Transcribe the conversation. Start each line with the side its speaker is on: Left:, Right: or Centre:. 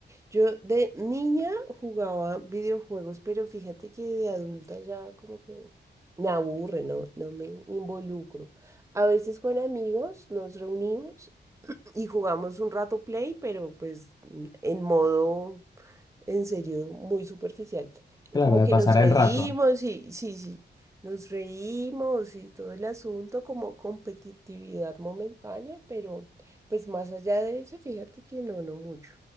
Right: Yo de niña jugaba videojuegos, pero fíjate que de adulta ya como que me aburre, no, no me involucro. A veces con amigos nos reunimos y jugamos un rato play, pero pues en modo en serio muy superficial.
Left: Claro,
Right: Como
Left: de
Right: que
Left: pasar
Right: nos reímos
Left: el rato.
Right: y sí, sí, nos reímos y todo el asunto como competitividad momentánea, pero pues más allá de eso, fíjate que no, no mucho.